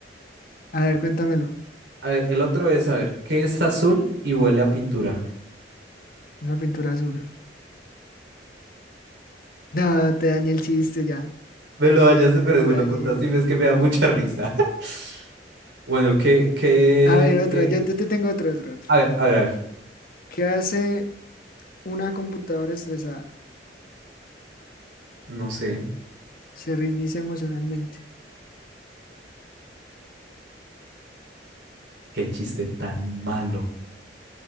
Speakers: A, on the left; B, on the right.
A: A ver, cuéntamelo.
B: A ver, el otro es, a ver, ¿qué es azul y huele a pintura?
A: Una pintura azul. No, te dañé el chiste ya.
B: Me lo hallaste, pero
A: Te
B: me
A: la
B: lo
A: dañé.
B: contaste y ves que me da mucha risa. <laughs> Bueno, ¿qué, qué,
A: A ver, otra.
B: qué?
A: Yo te, te tengo otro, otro, otro.
B: A ver, a ver, a ver.
A: ¿Qué hace una computadora estresada?
B: No sé,
A: Se reinicia emocionalmente.
B: qué chiste tan malo.